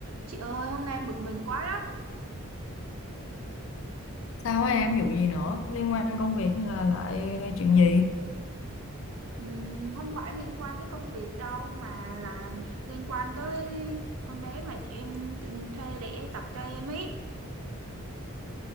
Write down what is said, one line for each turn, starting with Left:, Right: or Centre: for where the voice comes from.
Right: Chị ơi, hôm nay em bực mình quá đó.
Left: Sao á em vụ gì nữa? Liên quan công việc hay là lại chuyện gì?
Right: Ừm, không phải liên quan tới công việc đâu mà là liên quan tới con bé mà em t- thuê để tập cho em ấy.